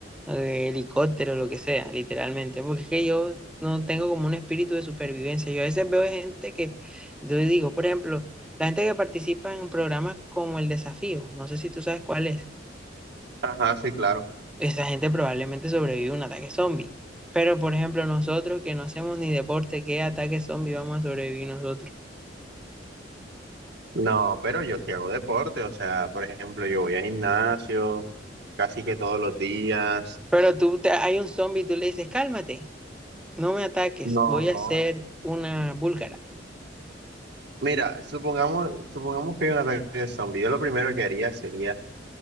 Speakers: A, in the centre; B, on the right.
A: eh, helicóptero, lo que sea, literalmente. Porque es que yo no tengo como un espíritu de supervivencia. Yo a veces veo gente que, yo digo, por ejemplo, la gente que participa en programas como El Desafío, no sé si tú sabes cuál es
B: Ajá, sí, claro.
A: esa gente probablemente sobrevive a un ataque zombie. Pero, por ejemplo, nosotros que no hacemos ni deporte, ¿qué ataque zombie vamos a sobrevivir nosotros?
B: No, pero yo sí hago deporte, o sea, por ejemplo, yo voy al gimnasio casi que todos los días.
A: Pero tú, te- hay un zombie y tú le dices, cálmate, no me ataques,
B: No,
A: voy
B: no.
A: a ser una búlgara.
B: Mira, supongamos, supongamos que hay un ataque de zombie. Yo lo primero que haría sería